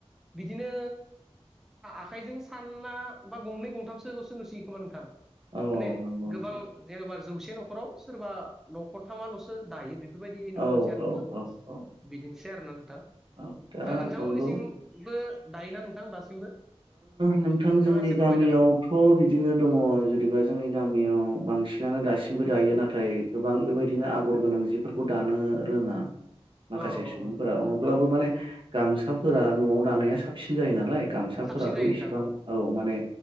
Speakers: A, in the centre; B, on the right (about 55°).
A: बिदिनो। आखाइजों सानला बा गंनै गंथामसोल'सो नुसियो खोमा नोंथां <inaudible> माने
B: औ नंगौ नोंथां
A: गोबां जेन'बा जौसे न'खराव सोरबा न'खर थामाल'सो दायो बे बेफोरबायदि नुनो
B: औ
A: मोनसै आरो नोंथाब
B: औ औ औ
A: बिदिनोसै आरो ना नोंथाब
B: औ
A: दा नोंथांमोननिसिमबो
B: नंगौ
A: दायोना नोंथां दासिमबो
B: नोंथां
A: नोंथाङा
B: जोंनि
A: एसे
B: गामियावथ'
A: फोरमायजागोन
B: बिदिनो दङ जेनेबा जोंनि गामियाव बांसिन बांसानानो दासिमबो दायो नाथाय गोबां बेबायदिनो आगर गोनां जिफोरखौ दानो रोङा माखासे
A: औ
B: सुबुंफोरा
A: नोंथां
B: अब्लाबो माने गामसाफोरा न'आव दानाया साबसिन जायो नालाय गाम
A: साबसिन
B: फोरथ'
A: जायो
B: इसिबां
A: नोंथां
B: औ माने